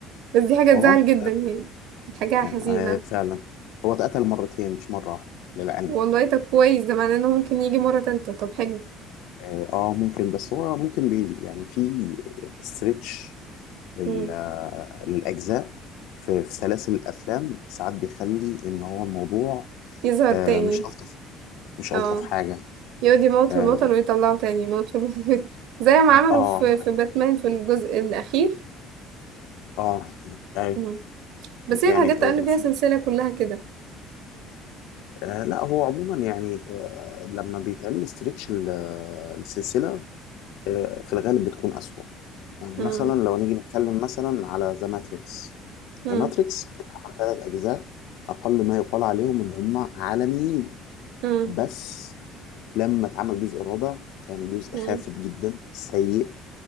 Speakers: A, on the right; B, on the left.
A: بس دي حاجه
B: آه.
A: تزعل جدا يعني دي حاجه
B: آه،
A: حزينه
B: فعلا هو اتقتل مرتين مش مرة واحدة للعلم
A: والله طب كويس ده معناه انه ممكن يجي مره تالتة طب حلو
B: اه آه، ممكن بس هو ممكن بي يعني في استرتش لل
A: مم.
B: للاجزاء في في سلاسل الافلام ساعات بيخلي ان هو الموضوع
A: يظهر
B: آه،
A: تاني
B: مش الطف مش الطف
A: اه
B: حاجه
A: يقعد يموت
B: اه
A: في البطل ويطلعه تاني يموت في البطل <laughs> زي ما عملوا
B: اه
A: في في باتمان في الجزء الأخير
B: آه، اي
A: مم. بس
B: يعني
A: هي الحاجات اللي
B: آه،
A: فيها
B: في
A: سلسلة كلها كده
B: آه، لا هو عموما يعني آه، لما بيتعمل استرتش لسلسله آه، في الغالب بتكون أسوأ يعني
A: مم.
B: مثلا لو نيجي نتكلم مثلا على ذا ماتريكس
A: مم.
B: ذا ماتريكس اتعمل ثلاث أجزاء أقل ما يقال عليهم إن هم عالميين
A: مم.
B: بس لما اتعمل الجزء الرابع كان جزء
A: مم.
B: خافت جدا سيء